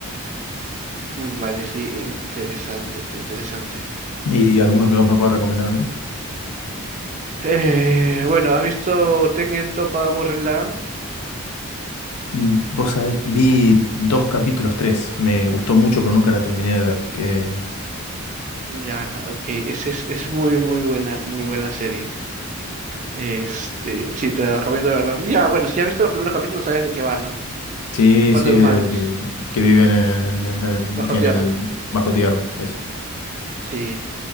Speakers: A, on the right (about 35°); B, on the left (about 85°).
A: Mm, Vale, sí, interesante, interesante.
B: ¿Y alguno que vos me puedas recomendar a mí?
A: Eh, bueno, ¿has visto Tengen Toppa Gurren Lagann?
B: Mm, Vos sabés, vi dos capítulos, tres. Me gustó mucho, pero nunca la terminé de ver. ¿Qué,
A: Ya, ok. Es, es, es muy, muy buena, muy buena serie. Este, sí, te la recomiendo de verdad. Ya, bueno, si has visto los primeros capítulos, sabes de qué va, ¿no?
B: Sí,
A: Un par
B: sí,
A: de hermanos,
B: de- que, que viven en, en- en la-
A: bajo tierra.
B: en el bajo tierra, eso.
A: Sí.